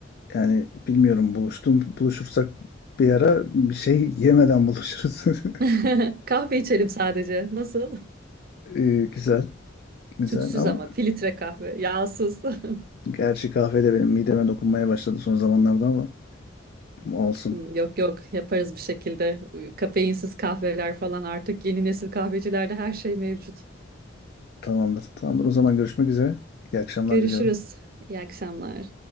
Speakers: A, on the left (about 55°); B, on the right (about 50°).
A: Yani bilmiyorum buluştum buluşursak bir ara bir şey yemeden buluşuruz. <laughs>
B: <laughs> Kahve içelim sadece. Nasıl?
A: Ee, güzel, güzel
B: Sütsüz
A: ama
B: ama filtre kahve, yağsız. <laughs>
A: gerçi kahve de benim mideme dokunmaya başladı son zamanlarda ama olsun.
B: Hmm, Yok yok yaparız bir şekilde. Kafeinsiz kahveler falan artık yeni nesil kahvecilerde her şey mevcut.
A: Tamamdır. Tamamdır. O zaman görüşmek üzere. İyi akşamlar
B: Görüşürüz.
A: diliyorum.
B: İyi akşamlar.